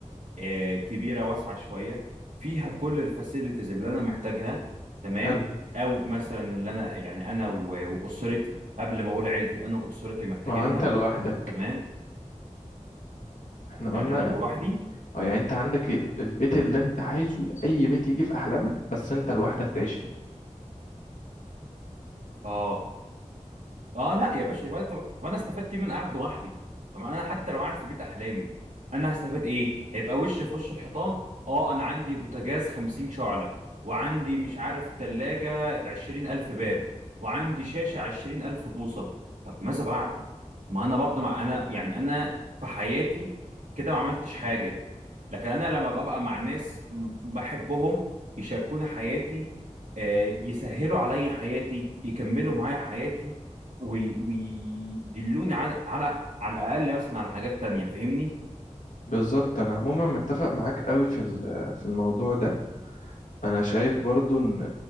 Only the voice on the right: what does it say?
آه كبيرة واسعة شوية فيها كل الفاسيلتيز اللي انا محتاجها تمام
او مثلا اللي انا يعني انا و- واسرتي قبل ما اقول عيلتي انا واسرتي محتاجينها
تمام
يعني انا لوحدي
اه اه لا يا باشا يبقى طب طب انا استفدت ايه من قاعد لوحدي طب انا حتى لو قاعد في بيت احلامي انا هستفاد ايه هيبقى وش في وش الحيطان اه انا عندي بوتاجاز 50 شعلة وعندي مش عارف تلاجة 20000 باب وعندي شاشة 20000 بوصة طب ماذا بعد ما انا برضه مع انا يعني انا في حياتي كده ما عملتش حاجة لكن انا لما ببقى مع ناس م- بحبهم يشاركوني حياتي آه، يسهلوا عليا حياتي يكملوا معايا حياتي وي- ويدلوني على على على الاقل مثلا على حاجات تانية فاهمني